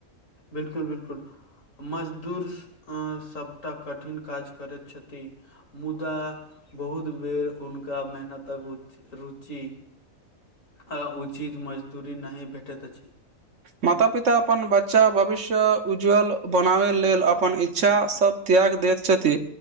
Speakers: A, on the left; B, on the right.
A: बिलकुल बिलकुल मजदूर सभटा कठिन काज करैत छथि मुदा बहुत बेर हुनका मेहनतक र रुचि आ उचित मजदूरी नहि भेटैत अछि
B: माता पिता अपन बच्चा भविष्य उज्ज्वल बनाबय लेल अपन इच्छास सब त्याग द छथि